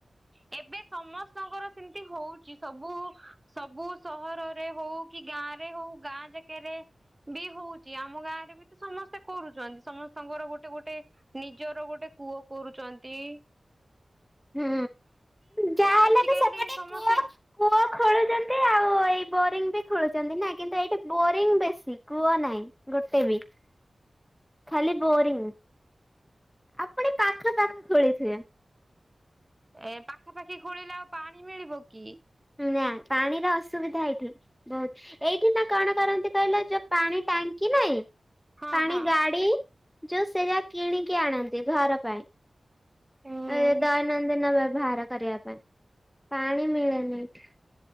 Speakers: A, on the right; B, in the centre.
A: । ଏବେ ସମସ୍ତଙ୍କର ସେମିତି ହଉଛି ସବୁ ସବୁ ସହରରେ ହଉ କି ଗାଁ ରେ ହଉ ଗାଁ ଜାକରେ ବି ହଉଛି ଆମ ଗାଁ ରେ ବି ତ ସମସ୍ତେ କରୁଛନ୍ତି ।ସମସ୍ତ ର ଗୋଟେ ଗୋଟେ ନିଜର ଗୋଟେ କୂଅ କରୁଛନ୍ତି ।
B: ହୁଁ ଯାହା
A: ଆଜିକାଲି
B: ହେଲେ ବି ସେପଟେ
A: ସମସ୍ତେ
B: କୂଅ କୂଅ ଖୋଳୁଛନ୍ତି ଆଉ । ଏଇ ବୋରିଙ୍ଗ ବି ଖେଳୁଛନ୍ତି ନା କିନ୍ତୁ ଏଇଠି ବୋରିଙ୍ଗ ବେଶୀ କୂଅ ନାହିଁ ଗୋଟେ ବି । ଖାଲି ବୋରିଂ । ଆଉ ପୁଣି ପାଖ ପାଖ ଖୋଳୀଥିବେ।
A: ଏ ପାଖାପାଖି ଖୋଳିଲେ ଆଉ ପାଣି ମିଳିବ କି?
B: ନା ପାଣିର ଅସୁବିଧା ଏଇଠି ବହୁତ ।ଏଇଠି ନା କଣ କରନ୍ତି କହିଲ ଯୋଉ ପାଣି ଟାଙ୍କି କି ନାଇଁ ।
A: ହଁ
B: ପାଣି
A: ହଁ
B: ଗାଡି ଯୋଉ ସେଟା କିଣିକି ଆଣନ୍ତି ଘର ପାଇଁ ।
A: ହୁଁ
B: ଏ ଦୈନନ୍ଦିନ ବ୍ୟବହାର କରିବା ପାଇଁ ପାଣି ମିଳେନି ଏଠି।